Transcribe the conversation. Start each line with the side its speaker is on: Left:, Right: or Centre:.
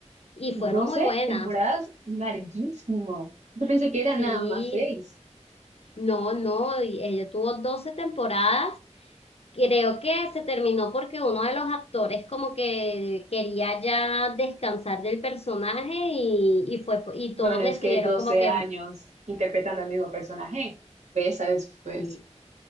Left: y fueron
Right: 12
Left: muy buenas.
Right: temporadas, larguísimo. Yo pensé que eran
Left: Sí,
Right: nada más seis.
Left: no, no, y ella tuvo doce temporadas Creo que se terminó porque uno de los actores como que quería ya descansar del personaje y, y fue y
Right: Bueno,
Left: todos decidieron
Right: es que 12
Left: como que
Right: años interpretando al mismo personaje, pues, ¿sabes? Pues.
Left: sí,